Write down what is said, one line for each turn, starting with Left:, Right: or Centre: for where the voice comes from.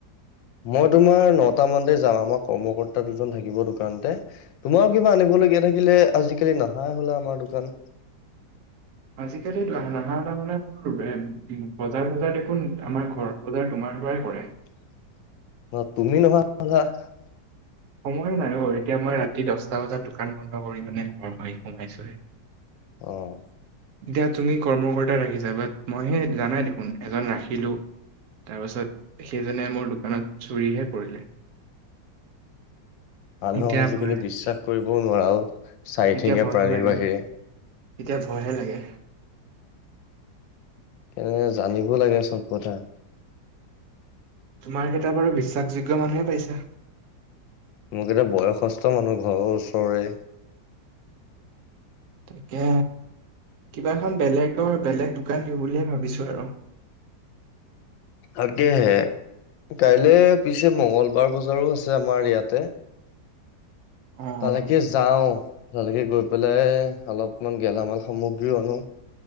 Left: মই তোমাৰ নটা মানতে যাম আমাৰ কৰ্মকৰ্তা দুজন থাকিব দোকানতে, তোমাৰো কিবা আনিব থাকিলে, আজিকালি নহাই হল আমাৰ দোকান।
Right: আজিকালি নাহা হলা মানে মোৰ বজাৰ চজাৰ দেখোন আমাৰ ঘৰৰ বজাৰ তোমাৰ অন্দুৱাই কৰে।
Left: <inaudible> তুমি নহোৱা ভাল হা <unintelligible>
Right: সময় নাই অ। এতিয়া মই ৰাতি দহটা বজাত দোকান বন্ধ কৰি মানে ঘৰ সোমাইছোহে।
Left: অহ।
Right: এতিয়া তুমি কৰ্মকৰ্তা ৰাখিছা, বাট মই সে জানাই দেখোন এজন ৰাখিলো। তাৰ পাছত সেইজনে মোৰ দোকানত চুৰিহে কৰিলে।
Left: মানুহ
Right: এতিয়া
Left: আজিকালি
Right: ভয়
Left: বিশ্বাস কৰিবও নোৱাৰা, চাৰিঠেঙীয়া
Right: এতিয়া ভয়হে
Left: প্ৰাণীৰ
Right: লাগে
Left: বাহিৰে।
Right: এতিয়া ভয়হে লাগে।
Left: কেনে জানিব লাগে চব কথা।
Right: তোমাৰ কেইটা বাৰু বিশ্বাসযোগ্য মানুহে পাইছা।
Left: মোক এতিয়া বয়সস্থ মানুহ ঘৰৰ ওচৰৰে।
Right: তাকে। কিবাখন বেলেগৰ বেলেগ দোকান দি বুলিয়ে ভাবিছোঁ আৰু।
Left: আেহ <unintelligible> কাইলৈ পি - ছে মংগলবাৰ বজাৰো আছে আমাৰ ইয়াতে।
Right: অ'
Left: তালেকে যাও। তালৈকে গৈ পেলাই অলপমান গেলামাল সামগ্ৰীও আনো।